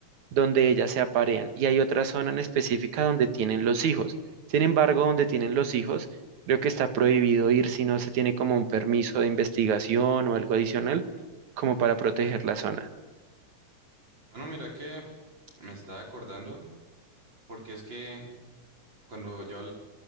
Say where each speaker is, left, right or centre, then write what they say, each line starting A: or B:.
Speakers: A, on the right; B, on the right.
A: donde ellas se aparean y hay otra zona en específica donde tienen los hijos. Sin embargo, donde tienen los hijos, creo que está prohibido ir si no se tiene como un permiso de investigación o algo adicional como para proteger la zona.
B: Mano, mira que me estaba acordando, porque es que cuando yo